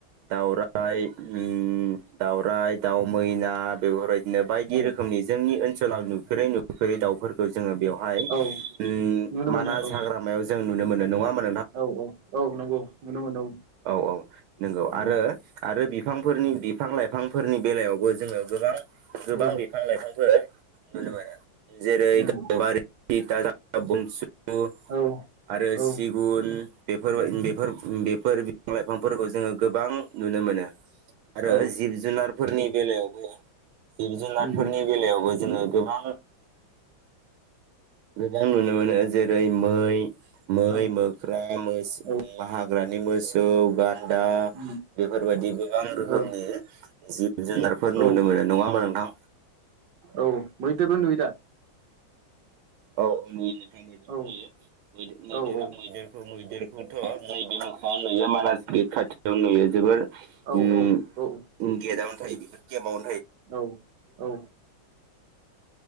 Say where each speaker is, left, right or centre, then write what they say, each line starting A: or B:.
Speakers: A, on the right; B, on the right.
A: दाउरा आइ उम दावराय दाउ मैना बेफोरबायदिनो बायदि
B: औ
A: रोखोमनि जोंनि ओनसोलाव नुफेरै नुफेरै दाउफोर खौ जोङो बेयाव हाय
B: औ
A: उम
B: नुनो
A: मानास
B: मोनो औ
A: हाग्रामायाव जों नु नो नङा <unintelligible>
B: औ औ औ नंगौ नुनो मोनो औ
A: औ औ नंगौ
B: उम
A: आरो आरो बिफांफोरनि बिफां लाइफांफोरनि बेलायावबो जोङो गोबां गोबां
B: उम
A: बिफां लाइफां बो नुनो मोनो। जेरै
B: उम
A: गामबारि बनसु
B: औ
A: आरो
B: उम
A: सिगुन बेफोरबाय बेफोर बेफोर लाइफांफोरखौ जोङो गोबां नुनो मोनो आरो
B: औ
A: जिब जुनारफोरनि बेलायावबो जिब जुननाफोरनि
B: उम
A: बेलायावबो जोंओ गोबां गोबां नुनो मोनो जेरै मै मै
B: औ
A: मोख्रा मस
B: औ
A: हाग्रानि मोसौ गान्दा
B: उम
A: बेफोरबायदि गोबां रोखोमनि
B: औ
A: जिब जुनारफोर
B: औ
A: नुनो मोनो नङा होमा नोंथां।
B: औ मैदेरखौ नुयोदा।
A: औ नुयो। गोबां मैदेरबो
B: औ
A: नुयोै मैदेरा
B: औ औ
A: मैदेरखौ मैदेर नाथाय नैबे मोखङाव नुयो मानास गेट खाथियाव नुयो जोबोर
B: औ
A: उम
B: औ
A: गेदाव थायो बेफोर के माव
B: औ। औ।